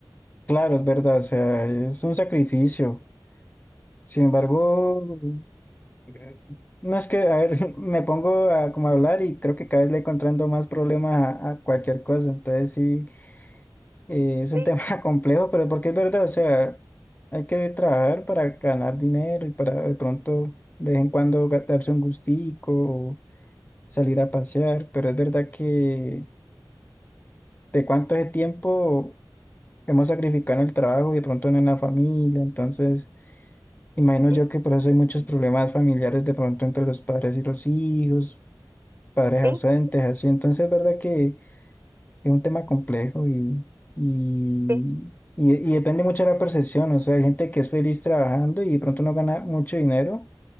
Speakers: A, on the left (about 20°); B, on the right (about 30°).
A: Claro, es verdad. O sea, es un sacrificio. Sin embargo, eh, no es que, a ver, <laughs> me pongo a como a hablar y creo que cada vez le encontrando más problemas a, a cualquier cosa. Entonces sí, eh, es un
B: Sí,
A: tema <laughs> complejo, pero porque es verdad. O sea, hay que trabajar para ganar dinero y para de pronto de vez en cuando ga- darse un gustico o salir a pasear. Pero es verdad que de cuánto es tiempo. hemos sacrificado en el trabajo y de pronto no en la familia, entonces imagino
B: Sí,
A: yo que por eso hay muchos problemas familiares de pronto entre los padres y los hijos, padres
B: sí,
A: ausentes, así, entonces es verdad que es un tema complejo y, y,
B: sí,
A: y, y depende mucho de la percepción, o sea, hay gente que es feliz trabajando y de pronto no gana mucho dinero,